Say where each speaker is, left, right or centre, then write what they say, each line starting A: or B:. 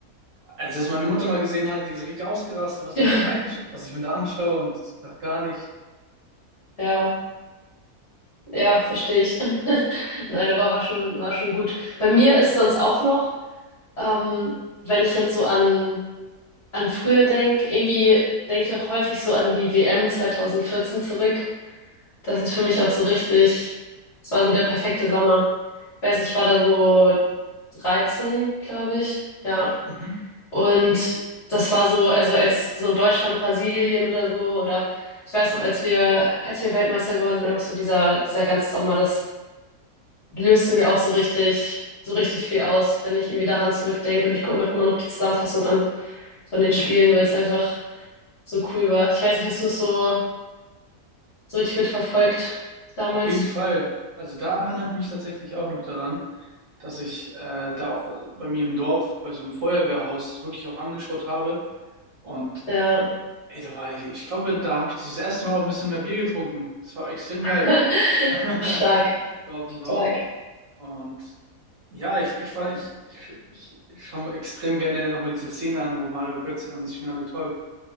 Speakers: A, on the right; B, on the left.
A: Als das meine Mutter mal gesehen hatte, die ist richtig ausgerastet, was ich mir
B: <laughs>
A: da rein, was ich mir da anschaue und das dachte gar nicht.
B: Ja, ja, verstehe ich. <laughs> Nein, aber war schon, war schon gut. Bei mir ist sonst auch noch, ähm, wenn ich jetzt so an an früher denk, irgendwie denke ich auch häufig so an die WM 2014 zurück. Das ist für mich auch so richtig, es war so der perfekte Sommer. Ich weiß nicht, ich war da so 13, glaube ich. Ja.
A: Mhm.
B: Und das war so, also als so Deutschland, Brasilien oder so, oder ich weiß noch, als wir, als wir Weltmeister geworden sind, einfach so dieser, dieser ganze Sommer, das löste mir auch so richtig, so richtig viel aus, wenn ich irgendwie daran zurückdenke. Und ich gucke mir auch immer noch die Zusammenfassung an von den Spielen,
A: <laughs>
B: weil es einfach so cool war. Ich weiß nicht, hast du es so, so richtig mitverfolgt damals?
A: Auf jeden Fall. Also da erinnere ich mich tatsächlich auch noch daran, dass ich äh, da auch bei mir im Dorf bei so einem Feuerwehrhaus wirklich auch angeschaut habe. Und
B: Ja.
A: ey, da war ich, ich glaube, da habe ich das erste Mal auch ein bisschen mehr Bier getrunken. Das war extrem
B: <laughs>
A: geil. <laughs>
B: Stark,
A: So auf dem Dorf.
B: stark.
A: Und ja, ich, ich fand, ich, ich, ich ich schaue mir extrem gerne nochmal diese Szene an, wo Mario Götze dann das finale Tor